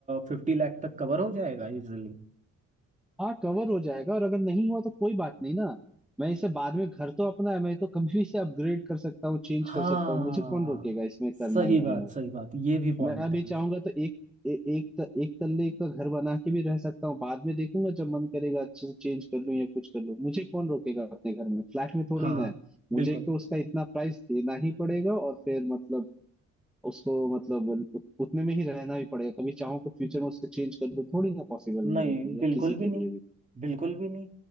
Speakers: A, on the right; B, in the centre.
A: फिफ्टी लाख तक कवर हो जाएगा इजिली
B: हाँ कवर हो जाएगा और अगर नहीं हुआ तो कोई बात नहीं ना मैं इसे बाद में घर तो अपना है मैं तो कभी भी इसे अपग्रेड कर सकता हूँ चेंज
A: हाँ
B: कर सकता हूँ मुझे कौन रोकेगा इसमें करने
A: सही
B: में
A: बात सही बात ये भी पॉइंट
B: मैं अभी
A: है
B: चाहूंगा तो एक ए, एक त, एक तल्ले का घर बना के भी रह सकता हूँ बाद में देखूंगा जब मन करेगा अच्छे से चेंज कर लूं या कुछ कर लूं मुझे कौन रोकेगा अपने घर में फ्लैट में थोड़ी
A: हाँ
B: ना है मुझे
A: बिल्कुल
B: एक तो उसका इतना प्राइस देना ही पड़ेगा और फिर मतलब उसको मतलब उत- उतने में ही रहना भी पड़ेगा कभी चाहूँ तो फ्यूचर में उससे चेंज कर लूं थोड़ी ना पॉसिबल
A: नहीं
B: है मेरे लिए
A: बिल्कुल
B: या किसी
A: भी
B: के
A: नहीं
B: लिए भी
A: बिल्कुल भी नहीं